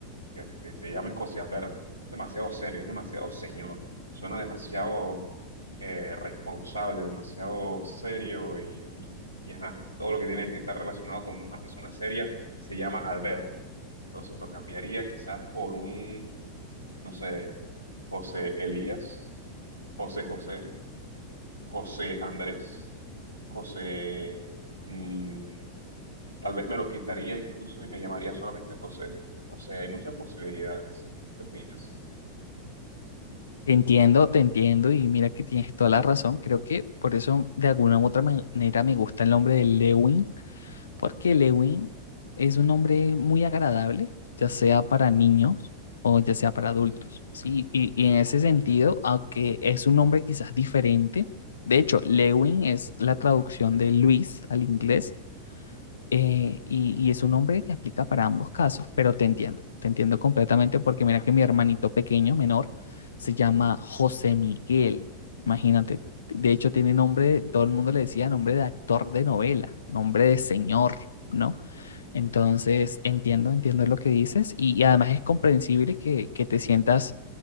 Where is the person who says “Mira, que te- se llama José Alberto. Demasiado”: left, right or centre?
Left